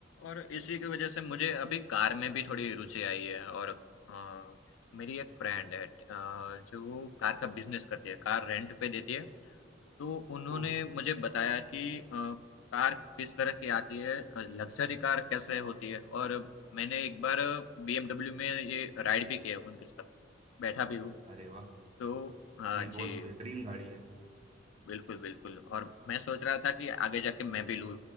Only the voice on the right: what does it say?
ओह
अरे वाह
जी
बहुत बेहतरीन गाड़ी है